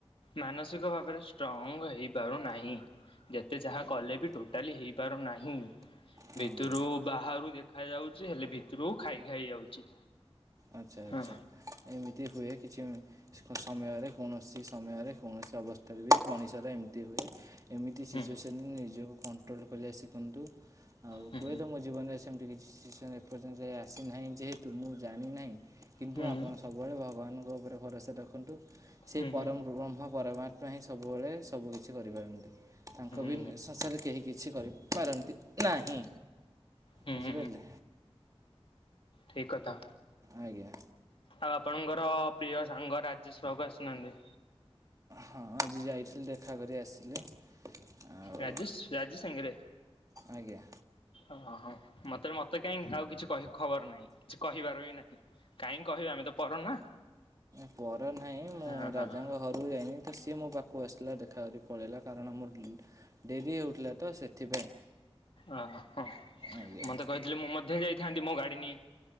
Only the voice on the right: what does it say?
ହଁ
ଆଚ୍ଛା ଆଚ୍ଛା
ଏମିତି ହୁଏ କିଛି। ସମୟରେ କୌଣସି ସମୟରେ କୌଣସି ଅବସ୍ଥାରେ ବି ମଣିଷର ଏମିତି ହୁଏ। ଏମିତି ସିଚୁଏସନ
ନିଜକୁ କଣ୍ଟ୍ରୋଲ କରିବା ଶିଖନ୍ତୁ। ଆଉ
ହୁଏତ ମୋ ଜୀବନରେ ସେମିତି କି ସି ସିଚିଏସନ୍ ଏପର୍ଯ୍ୟନ୍ତ ଯାଏଁ ଆସିନାହିଁ ଯେହେତୁ ମୁଁ ଜାଣିନାହିଁ, କିନ୍ତୁ
ଆପଣ ସବୁବେଳେ ଭଗବାନ ଉପରେ ଭରସା ରଖନ୍ତୁ ସେଇ
ପରମବ୍ରହ୍ମ ପରମ ଆ ପାଇଁ ହିଁ ସବୁବେଳେ ସବୁ କିିଛି କରିପାରନ୍ତି। ତାଙ୍କ
ବିନ୍ ସଂସାରରେ କେହି କିଛି କରିପାରନ୍ତି ନାହିଁ।
ବୁଝିପାରିଲେ?
ଆଜ୍ଞା।
ହଁ, ଆଜି ଯାଇଥିଲି ଦେଖା କରି ଆସିଲି। ଆଉ
ଆଜ୍ଞା।
ପର ନାହିଁ, ମୁଁ
ରାଜାଙ୍କ ଘରକୁ ଯାଇନି ତ ସିଏ ମୋ ପାଖକୁ ଆସିଥିଲା ଦେ ଖା କରି ପଳେଇଲା, କାରଣ ମୋର ଡେରି ହେଉଥିଲା ତ ସେଥିପାଇଁ।
ଆଜ୍ଞା